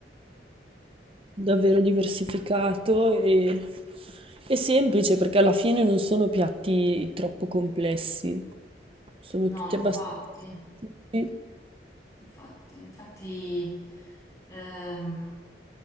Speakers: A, on the right; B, on the left.
A: davvero diversificato e, e semplice perché alla fine non sono piatti troppo complessi, sono
B: No,
A: tutti
B: infatti,
A: abbastanza semplici.
B: infatti, infatti ehm,